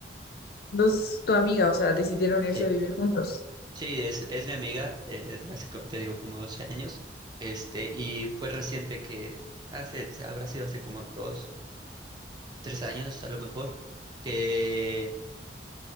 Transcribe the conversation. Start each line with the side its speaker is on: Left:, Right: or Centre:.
Left: Entonces, tu amiga, o sea, decidieron irse
Right: Sí,
Left: a vivir juntos.
Right: sí, es, es mi amiga eh, desde hace, co- te digo, como doce años. Este, y fue reciente que hace, se- habrá sido hace como dos, tres años a lo mejor, que